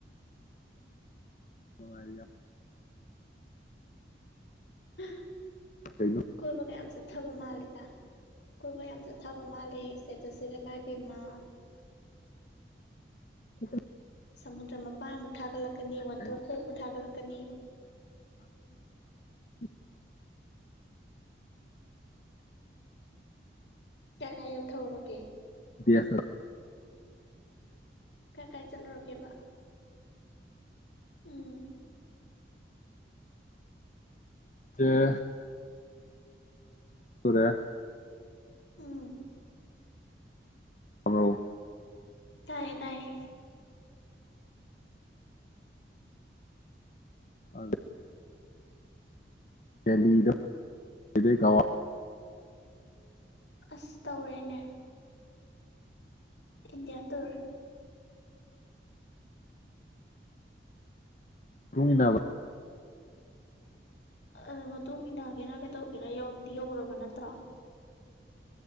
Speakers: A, on the left; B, on the left.
A: ꯅꯨꯡꯉ
B: <inaudible>
A: ꯀꯩꯅꯣ
B: ꯀꯕ ꯀꯥꯏ ꯑꯝ ꯆ ꯊꯕ ꯃꯥꯜꯂꯦ ꯀꯣꯏꯕ ꯌꯥꯝ ꯆꯠ ꯊꯥꯕ ꯃꯥꯜꯂꯦ ꯏꯁꯇꯦꯇꯠꯁꯤꯗ ꯏꯃꯥ
A: <unintelligible>
B: ꯁꯃꯨꯗ꯭ꯔ ꯃꯄꯥꯟꯕꯨꯨ ꯊꯥꯒꯠꯂꯛꯀꯅꯤ ꯋꯥꯇꯔꯐꯣꯜꯕꯨ
A: ꯀꯩꯅꯣ
B: ꯊꯥꯒꯠꯂꯛꯀꯅꯤ
A: ꯎ
B: ꯀꯌꯥ ꯀꯥꯏ ꯌꯧꯊꯔꯒꯦ
A: ꯗꯤꯌꯥꯁ
B: ꯀꯥꯏ ꯀꯥꯏ ꯆꯠꯂꯨꯔꯒꯦꯕ ꯎꯝ
A: ꯑ ꯇꯨꯔꯦ
B: ꯎꯝ
A: ꯍꯂꯣ
B: ꯇꯥꯌꯦ ꯇꯥꯌꯦ
A: ꯑꯗ <inaudible>
B: ꯑꯁ ꯇꯧꯔꯦꯅꯦ ꯏꯟꯗꯤꯌꯥ ꯇꯨꯔ
A: ꯇꯨꯡ ꯏꯟꯅꯥꯕ
B: ꯑꯗꯨ ꯃꯇꯨꯡ ꯏꯟꯅꯒꯦꯔꯥ ꯀꯩꯗꯧꯒꯦꯔ ꯌꯧꯗꯤ ꯌꯧꯔꯕ ꯅꯠꯇ꯭ꯔ